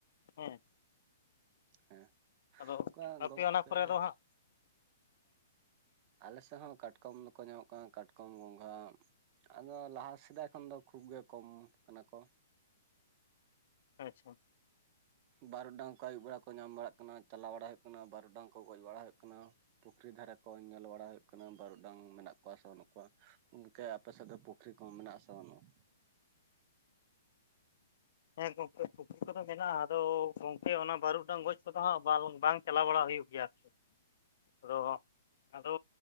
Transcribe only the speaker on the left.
ᱦᱮᱸ
ᱟᱫᱚ
ᱟᱯᱮ
ᱚᱱᱟ ᱠᱚᱨᱮ ᱫᱚ ᱦᱟᱸᱜ
ᱟᱪᱪᱷᱟ
ᱦᱮᱸ ᱜᱚᱝᱠᱮ ᱯᱩᱠᱷᱨᱤ ᱠᱚᱫᱚ ᱢᱮᱱᱟᱜᱼᱟ, ᱟᱫᱚ ᱜᱚᱝᱠᱮ ᱚᱱᱟ ᱵᱟᱹᱨᱩ ᱰᱟᱝ ᱜᱚᱡ ᱠᱚᱫᱚ ᱦᱟᱸᱜ ᱵᱟᱝ ᱵᱟᱝ ᱪᱟᱞᱟᱣ ᱵᱟᱲᱟ ᱦᱩᱭᱩᱜ ᱜᱮᱭᱟ ᱟᱨᱠᱤ ᱾ ᱟᱫᱚ ᱟᱫᱚ